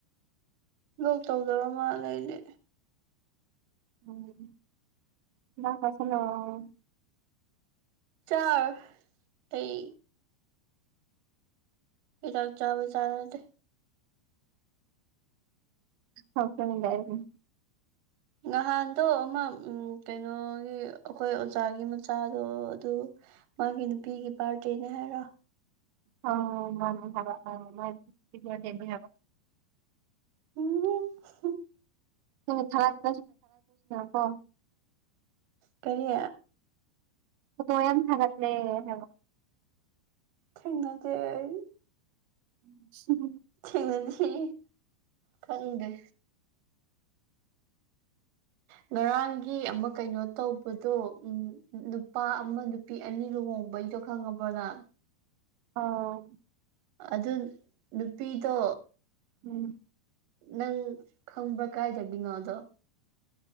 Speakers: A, on the right; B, on the right.
A: ꯂꯣꯛ ꯇꯧꯗꯣꯔꯕ ꯃꯥꯜꯂꯦ ꯑꯩꯗꯤ
B: ꯎꯝ ꯍꯤꯗꯥꯛ ꯆꯥꯁꯜꯍꯧꯔꯣ
A: ꯆꯥꯔꯣꯢ ꯑꯩ ꯍꯤꯗꯥꯛ ꯆꯥꯕ ꯆꯥꯅꯗꯦ
B: <unintelligible>
A: ꯅꯍꯥꯟꯗꯣ ꯑꯃ ꯎꯝ ꯀꯩꯅꯣꯒꯤ ꯑꯈꯣꯏ ꯑꯣꯖꯥꯒꯤ ꯃꯆꯥꯗꯣ ꯑꯗꯨ ꯃꯥꯒꯤ ꯅꯨꯄꯤꯒꯤ ꯕꯥꯔꯗꯦꯅꯦ ꯍꯥꯏꯔꯣ
B: ꯑꯣ ꯃꯥꯅꯤ ꯍꯥꯏꯕ <unintelligible>
A: <unintelligible>
B: <unintelligible> ꯀꯣ
A: ꯀꯔꯤ
B: ꯐꯣꯇꯣ ꯌꯥꯝ ꯊꯒꯠꯂꯦ ꯍꯥꯏꯕ
A: ꯊꯦꯡꯅꯗꯦ ꯑꯩ
B: <inaudible>
A: ꯊꯦꯡꯅꯗꯤ ꯈꯪꯗꯦ ꯉꯔꯥꯡꯒꯤ ꯑꯃ ꯀꯩꯅꯣ ꯇꯧꯕꯗꯣ ꯎꯝ ꯅꯨꯄꯥ ꯑꯃ ꯅꯨ ꯄꯤ ꯑꯅꯤ ꯂꯨꯍꯣꯡꯕꯩꯗꯣ ꯈꯪꯉꯕꯣ ꯅꯪ
B: ꯑꯥ
A: ꯑꯗꯨ ꯅꯨꯄꯤꯗꯣ
B: ꯎꯝ
A: ꯅꯪ ꯈꯪꯕ꯭ꯔꯥ ꯀꯥꯏꯗꯒꯤꯅꯣ ꯑꯗꯣ